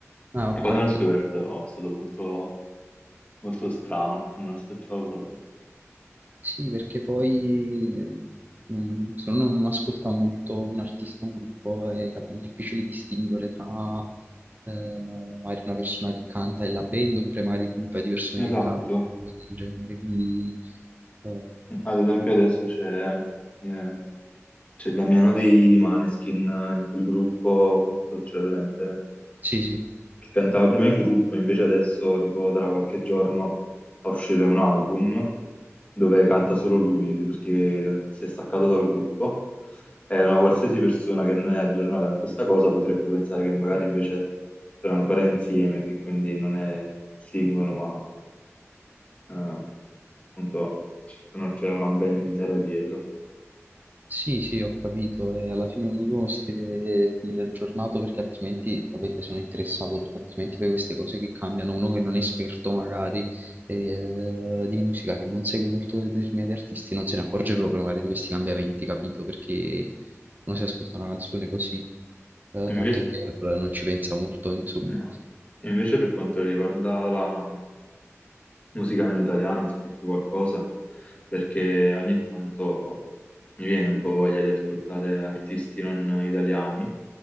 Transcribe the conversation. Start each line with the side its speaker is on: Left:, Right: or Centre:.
Right: Ah,
Left: E
Right: ho
Left: quando
Right: capito.
Left: l'ho scoperto oh, è stato molto, molto strano, non me l'aspettavo proprio.
Right: Sì, perché poi eh, non- se uno non ascolta molto un artista, un gruppo, è cap- difficile distinguere tra eh, magari una persona che canta e la band oppure magari un paio di persone che
Left: Esatto.
Right: cantano, cose del genere. Quindi eh,
Left: Ad esempio adesso c'è eh, c'è Damiano dei Maneskin, eh, in quel gruppo, non so se ce l'hai presente.
Right: sì, sì.
Left: che cantava prima in gruppo, invece adesso, tipo, tra qualche giorno fa uscire un album dove canta solo lui, perché si è staccato dal gruppo. E una qualsiasi persona che non è aggiornata con questa cosa potrebbe pensare che magari invece sono ancora insieme, che quindi non è singolo, ma eh, appunto sono- c'è una band intera dietro.
Right: Sì, sì, ho capito. E alla fine ognuno si deve tenere aggiornato perché altrimenti, ovviamente sono interessato, perché altrimenti poi queste cose che cambiano, uno che non è esperto magari eh, di musica, che non segue molto determinati artisti, non se ne accorge proprio magari di questi cambiamenti, capito? Perché uno si ascolta una canzone così, eh,
Left: Invece,
Right: tanto per, non ci pensa molto, insomma.
Left: no. Invece per quanto riguarda la musica non italiana, ascolti qualcosa? Perché ogni tanto Mi viene un po' voglia di ascoltare artisti non italiani,